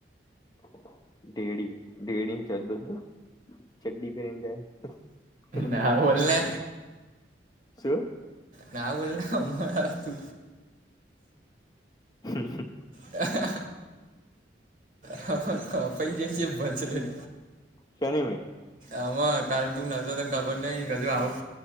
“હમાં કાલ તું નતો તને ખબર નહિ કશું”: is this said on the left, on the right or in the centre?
Right